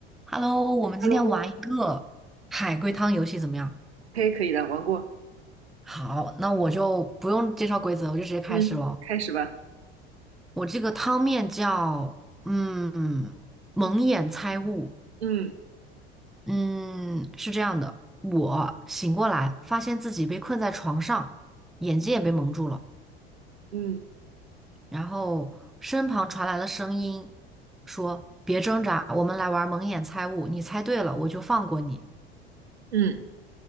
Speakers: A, in the centre; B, on the right.
A: Hello，我们今天玩一个海龟汤游戏怎么样？
B: Hello，OK，可以的，玩过，
A: 好，那我就不用介绍规则，我就直接开始了。
B: 嗯开始吧。
A: 我这个汤面叫嗯蒙眼猜物，
B: 嗯
A: 嗯是这样的，我醒过来发现自己被困在床上，眼睛也被蒙住了，
B: 嗯
A: 然后身旁传来了声音说别挣扎，我们来玩蒙眼猜物，你猜对了我就放过你。
B: 嗯